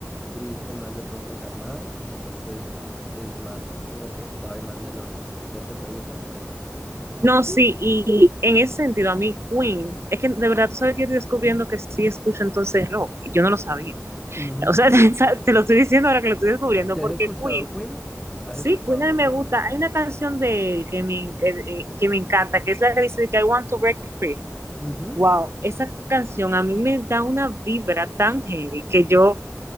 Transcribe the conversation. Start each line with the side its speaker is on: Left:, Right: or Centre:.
Centre: triste, más de pronto calmada. Entonces es más como que suave, más melódico. Entonces te puede gustar por eso.
Right: No, sí,
Centre: Y,
Right: y en ese sentido, a mí Queen, es que de verdad tú sabes que yo estoy descubriendo que sí escucho entonces rock, y yo no lo sabía.
Centre: ujú,
Right: O sea, <laughs> te te lo estoy diciendo ahora que lo estoy descubriendo,
Centre: ¿Ya
Right: porque
Centre: has escuchado
Right: Queen,
Centre: Queen? ¿Has
Right: sí,
Centre: escuchado
Right: Queen
Centre: mucho
Right: a mí me gusta.
Centre: rock?
Right: Hay una canción de él que me, que, eh, que me encanta, que es la que dice que I want to break free.
Centre: Ujú,
Right: Wow, esa canción a mí me da una vibra tan heavy que yo,